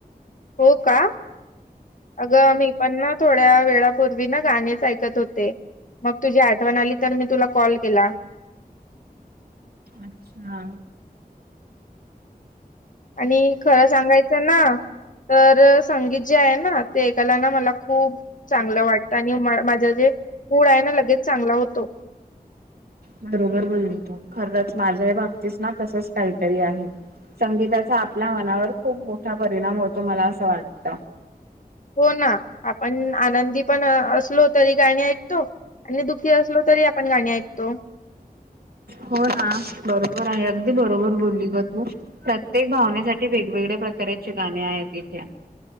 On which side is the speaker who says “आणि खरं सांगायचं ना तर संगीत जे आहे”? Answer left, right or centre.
Left